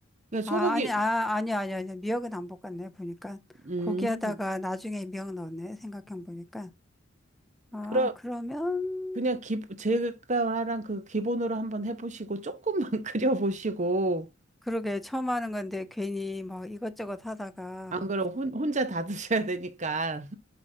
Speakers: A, on the right (about 40°); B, in the centre.
A: 그냥
B: 아,
A: 소고기,
B: 아니, 아, 아니, 아니, 아니. 미역은 안 볶았네, 보니까.
A: 음,
B: 고기 하다가 나중에 미역 넣었네, 생각해 보니까. 아,
A: 그럼,
B: 그러면,
A: 그냥 기, 제가 말한 그 기본으로 한번 해보시고, 조금만 <laughs> 끓여보시고,
B: 그러게, 처음 하는 건데 괜히 뭐 이것저것 하다가
A: 안그면 혼, 혼자 다 드셔야 되니까.